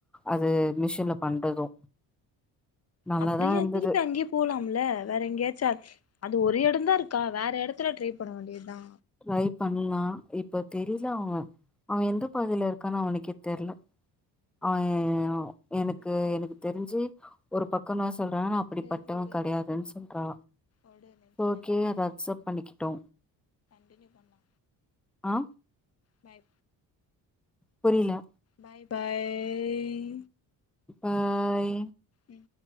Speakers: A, in the centre; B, on the left (about 35°).
A: அது மிஷின்ல பண்றது நல்லாதா
B: அப்டியே
A: இருந்தது
B: திருப்பி அங்கயே போலாம்ல வேற எங்கயாச்சு அது ஒரு எடந்தா இருக் கா வேற எடத்துல ட்ரை பண்ண வேண்டியதா
A: ட்ரை பண்லா இப்ப தெரில அவ அவ எந்த பகுதில இருக்கானு அவனுக்கே தெர்ல அவே எனக்கு
B: ம்
A: எனக்கு தெரிஞ்சு ஒரு பக்கமா ஸ் சொல்றாங்க நா அப்டி
B: சேரி
A: பட்டவே
B: உடு
A: கெடையாதுன் சொல்றா
B: உடு நெக்ஸ்ட்
A: ஓகே அத அக்ஸப் பண்ணிகிட்டோ
B: திரும்பியு பண்ணா
A: ஆ
B: பாய்
A: புரில
B: பாய் பாய்
A: பாய்
B: ம்